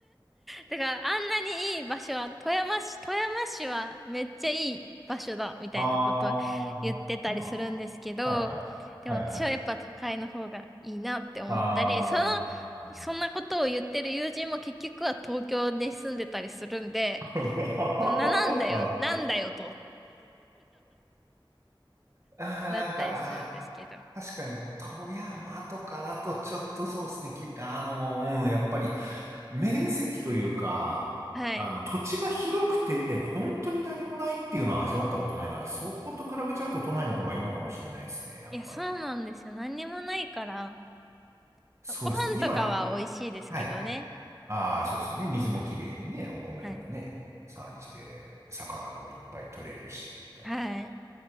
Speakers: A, in the centre; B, on the right.
A: だからあんなにいい場所は、富山市、富山市はめっちゃいい場所だ、みたいなこと
B: ああ、
A: 言ってたりするんですけど、
B: まあ、はいはい。
A: でも私はやっぱ都会の方がいいなって思ったり、
B: はいはい。ああ、
A: その、そんなことを言ってる友人も結局は東京で住んでたりするんで、
B: <laughs>
A: もうな、なんだよ、
B: あ
A: なんだよと
B: あー、
A: なったりするんですけど。
B: なんか、ああ、確かに、富山とかだとちょっとそうですね、き、あの、うん、やっぱり、面積というか、
A: はい。
B: あの、土地が広くて、本当に何もないっていうのは味わったことないから、そこと比べちゃうと都内の方がいいのかもしれないですね、やっぱり。
A: いや、そうなんですよ。何にもないから、
B: そうですね。
A: ご飯とかは美味しいですけどね。
B: 今、はいああ、そうですよね。水もきれいでね、お米もね、
A: はい。
B: 産地で魚もいっぱい取れるし、みたいな。
A: はい。